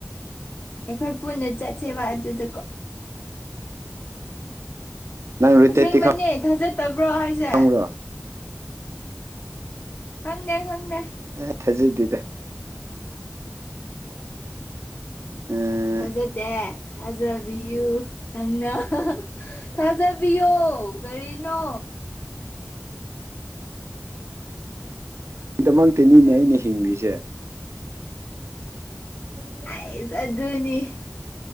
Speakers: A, on the left; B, on the right.
A: ꯑꯩꯈꯣꯏ ꯄꯨꯟꯅ ꯆꯠꯁꯦꯕ ꯑꯗꯨꯗꯀꯣ
B: ꯅꯪ ꯔꯨꯇꯦꯠꯇꯤ
A: ꯑꯁꯦꯡꯕꯩꯅꯦ ꯊꯥꯖꯠꯇꯕ꯭ꯔꯣ ꯍꯥꯏꯁꯦ
B: ꯈꯪꯕ꯭ꯔꯣ
A: ꯈꯪꯗꯦ ꯈꯪꯗꯦ
B: ꯑ ꯊꯥꯖꯗꯦꯗꯥ ꯎꯝ
A: ꯊꯥꯖꯗꯦ ꯊꯥꯖꯕꯤꯌꯨꯅ ꯊꯥꯖꯕꯤꯌꯣ ꯀꯔꯤꯅꯣ
B: ꯒꯤꯗꯃꯛꯇꯤꯅꯤꯅꯦ
A: ꯅꯪꯁꯤꯗꯤ
B: ꯑꯩꯅ ꯍꯤꯡꯂꯤꯖꯦ <inaudible>
A: ꯑꯩꯖ ꯑꯗꯨꯅꯤ